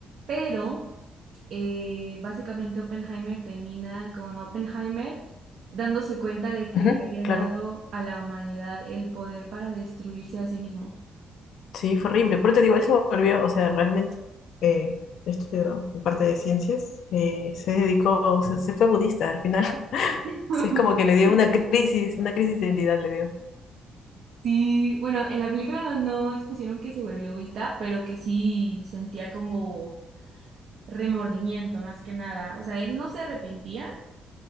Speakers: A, on the right; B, on the left.
A: Pero eh, básicamente Oppenheimer termina con Oppenheimer dándose cuenta de que
B: Ujú,
A: le había dado
B: claro.
A: a la humanidad el poder para destruirse a sí mismo.
B: Sí, fue horrible. Pero te digo, él se volvió, o sea, realmente eh, estudió parte de ciencias, eh, se dedicó, o sea, se fue budista al final. <laughs>
A: <laughs>
B: O sea, es como que le dio una crisis, una crisis de identidad le dio.
A: Sí, bueno, en la película no, no expusieron que se volvió vista, pero que sí sentía como remordimiento más que nada. O sea, él no se arrepentía,